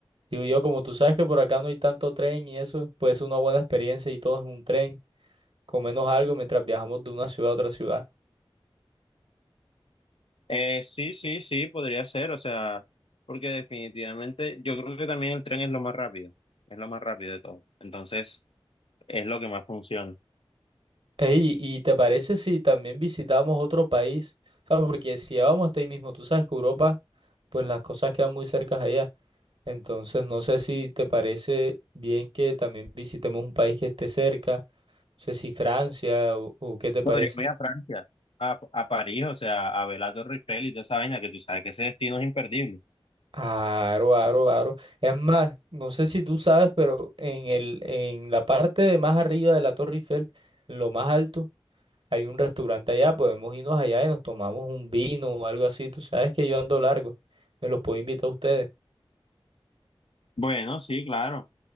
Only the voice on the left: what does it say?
Eh, sí, sí, sí, podría ser, o sea, porque definitivamente yo creo que también el tren es lo más rápido, es lo más rápido de todo. Entonces, es lo que más funciona.
Podríamos
ir a Francia, a, a París, o sea, a ver la Torre Eiffel y toda esa vaina, que tú sabes que ese destino es imperdible.
Bueno, sí, claro,